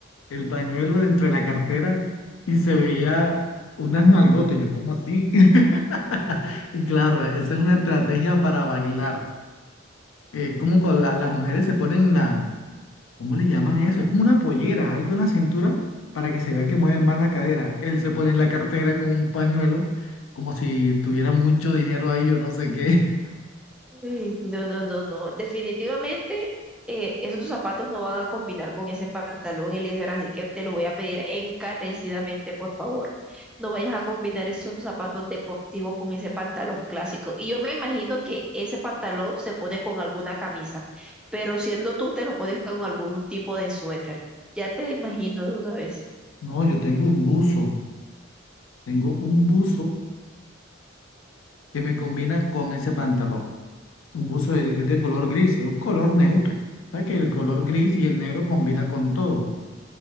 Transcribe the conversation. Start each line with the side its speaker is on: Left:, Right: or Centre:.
Left: el pañuelo dentro de la cartera y se veía unas nalgotas, yo ¿cómo así. <laughs> Y claro, esa es una estrategia para bailar. Eh, como con la- las mujeres se ponen la, ¿cómo le llaman eso? Es como una pollera, algo en la cintura para que se vea que mueven más la cadera. Él se pone en la cartera con un pañuelo, como si tuviera mucho dinero ahí, yo no sé qué. <laughs>
Centre: Ay, No, no, no, no. Definitivamente eh, esos zapatos no van a combinar con ese pantalón, Eliezer, así que te lo voy a pedir encarecidamente, por favor. No vayas a combinar esos zapatos deportivos con ese pantalón clásico. Y yo me imagino que ese pantalón se pone con alguna camisa, pero siendo tú, te lo pones con algún tipo de suéter. Ya te imagino de una vez.
Left: No, yo tengo un buzo, tengo un buzo que me combina con ese pantalón. Un buzo de- es de color gris, es un color neutro. O sea que el color gris y el negro combina con todo.